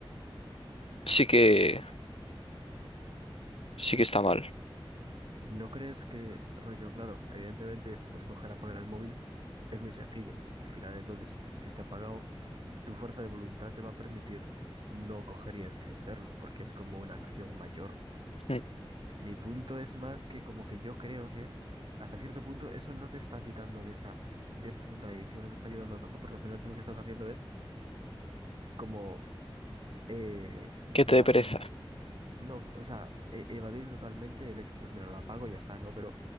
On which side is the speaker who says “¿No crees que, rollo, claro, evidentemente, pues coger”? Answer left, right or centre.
Right